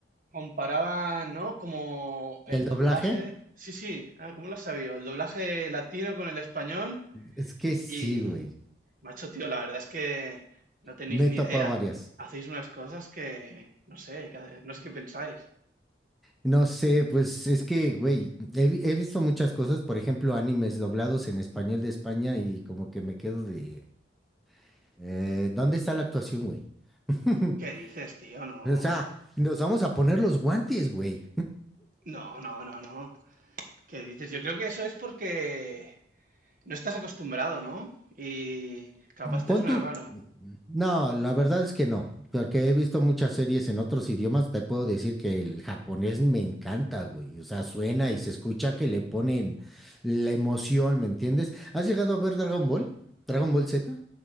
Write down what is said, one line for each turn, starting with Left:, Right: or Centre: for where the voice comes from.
Right: comparaban, ¿no? Como el
Centre: el doblaje?
Right: doblaje. Sí, sí, ah, ¿cómo lo has sabido? El doblaje latino con el español.
Centre: Es que sí,
Right: Y,
Centre: güey.
Right: macho, tío, la verdad es que no tenéis
Centre: Me
Right: ni
Centre: he topado
Right: idea.
Centre: varias.
Right: Hacéis unas cosas que, no sé, que- no sé qué pensáis.
Centre: No sé, pues es que, güey, he, vi- he visto muchas cosas, por ejemplo, animes doblados en español de España y como que me quedo de... eh, ¿dónde está la actuación, güey? <laughs>
Right: ¿Qué dices, tío? No,
Centre: O sea, nos vamos a poner los guantes, güey.
Right: no, no, no, no. ¿Qué dices? Yo creo que eso es porque No estás acostumbrado, ¿no? Y capaz te
Centre: Pon
Right: suena
Centre: tú.
Right: raro.
Centre: No, la verdad es que no. Porque he visto muchas series en otros idiomas. Te puedo decir que el japonés me encanta, güey. O sea, suena y se escucha que le ponen la emoción, ¿me entiendes? ¿Has llegado a ver Dragon Ball? ¿Dragon Ball Z?